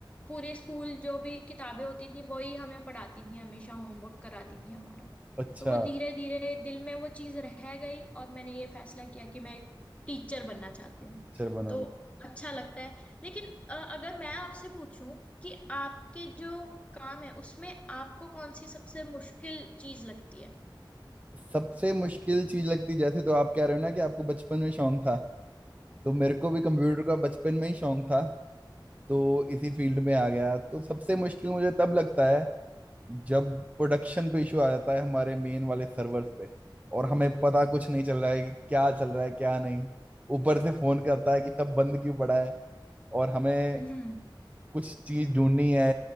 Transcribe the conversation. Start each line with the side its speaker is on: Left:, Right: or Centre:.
Left: पूरे स्कूल जो भी किताबें होती थी वही हमें पढ़ाती थी हमेशा होमवर्क कराती थी हमारा
Right: अच्छा
Left: तो वो धीरे धीरे दिल में वो चीज रह गई और मैंने ये फैसला किया कि मैं एक टीचर बनना चाहती हूँ
Right: टीचर बनोगे
Left: तो अच्छा लगता है लेकिन अ, अगर मैं आपसे पूछूं कि आपके जो काम है उसमें आपको कौन सी सबसे मुश्किल चीज लगती है
Right: सबसे मुश्किल चीज लगती जैसे तो आप कह रहे हो ना कि आपको बचपन में शौक था तो मेरे को भी कंप्यूटर का बचपन में ही शौक था तो इसी फील्ड में आ गया तो सबसे मुश्किल मुझे तब लगता है जब प्रोडक्शन पे इशू आ जाता है हमारे मेन वाले सर्वर्स पे और हमें पता कुछ नहीं चल रहा है कि क्या चल रहा है क्या नहीं ऊपर से फोन करता है कि सब बंद क्यों पड़ा है और हमें
Left: हम्म,
Right: कुछ चीज ढूंढनी है